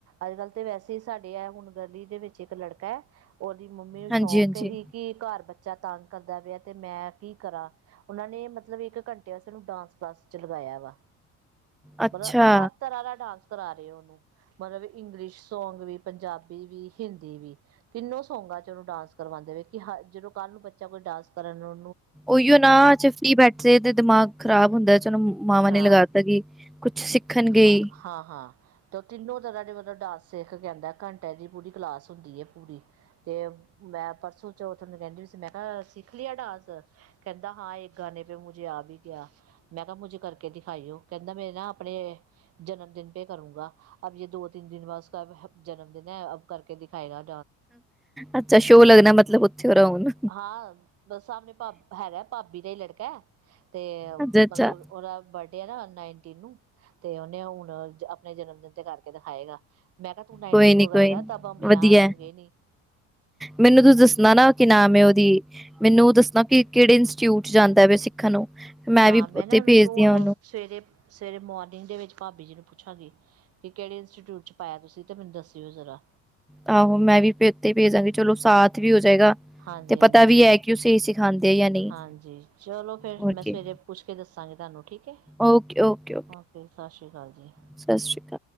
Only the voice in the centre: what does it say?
ਹਾਂਜੀ
ਹਾਂਜੀ
ਅੱਛਾ
ਉਹੀਓ ਨਾ <unintelligible> ਬੈਠੇ ਤੇ ਦਿਮਾਗ ਖ਼ਰਾਬ ਹੁੰਦਾ ਚਲੋ ਮਾਵਾਂ
ਨੇ ਲਗਾ ਦਿੱਤਾ ਕਿ ਕੁਛ ਸਿੱਖਣ ਗਈ
ਅੱਛਾ ਸ਼ੋਅ ਲੱਗਣਾ ਮਤਲਬ ਉੱਥੇ ਹੋ ਰਿਹਾ ਹੁਣ
ਅੱਛਾ ਅੱਛਾ
ਕੋਈ ਨੀ
ਕੋਈ
ਨੀ
ਵਧੀਆ
ਮੈਨੂੰ ਤੁਸੀ ਦੱਸਣਾ ਨਾ ਕੀ ਨਾਮ ਹੈ। ਉਹ ਦੀ ਮੈਨੂੰ ਦੱਸਣਾ ਕਿ ਕਿਹੜੇ ਇੰਸਟੀਚਿਊਟ ਜਾਂਦਾ ਵ ਸਿੱਖਣ ਨੂੰ
ਵੀ
ਉੱਥੇ
ਭੇਜਦੀ ਆ
ਆਹੋ ਮੈਂ ਵੀਥੇ ਭੇਜਾਂਗੀ ਚਲੋ ਸਾਥ ਵੀ ਹੋ ਜਾਏਗਾ
ਤੇ ਪਤਾ
ਵੀ ਹੈ ਕਿ ਉਹ ਸਹੀ ਸਿਖਾਂਦੇ ਆ ਜਾਂ ਨਹੀਂ
ਹੋਰ
ਕੀ
ਓਕੇ ਓਕੇ
ਸਤਿ ਸ਼੍ਰੀ ਅਕਾਲ